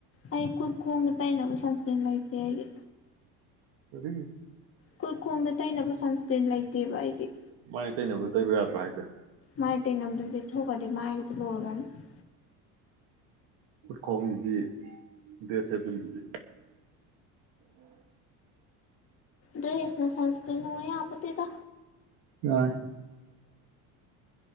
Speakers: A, on the left; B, on the right.
A: ꯑꯩ ꯈꯨꯠ ꯈꯣꯡꯗ ꯇꯩꯅꯕ ꯁꯟꯁꯀ꯭ꯔꯤꯟ ꯂꯩꯇꯦ ꯑꯩꯒꯤ
B: ꯀꯔꯤ
A: ꯈꯨꯠ ꯈꯣꯡꯗ ꯇꯩꯅꯕ ꯁꯟꯁꯀ꯭ꯔꯤꯟ ꯂꯩꯇꯦꯕ ꯑꯩꯒꯤ
B: ꯃꯥꯏ ꯇꯩꯅꯕꯅ ꯇꯩꯕ ꯌꯥꯗ꯭ꯔꯣ ꯍꯥꯏꯁꯦ
A: ꯃꯥꯥꯏ ꯇꯩꯅꯕꯗꯨꯅ ꯇꯩꯊꯣꯛꯈ꯭ꯔꯗꯤ ꯃꯥꯢꯒꯤꯗꯨꯗꯤ ꯂꯣꯏꯒ꯭ꯔꯅꯤ
B: ꯈꯣꯡꯗꯤ ꯗ꯭ꯔꯦꯁ ꯁꯦꯠꯇꯣꯢꯗꯨꯗꯤ
A: ꯗ꯭ꯔꯦꯁꯅ ꯁꯟꯁꯀ꯭ꯔꯤꯟ ꯑꯣꯢ ꯌꯥꯄꯣꯠꯇꯦꯗ
B: ꯌꯥꯢ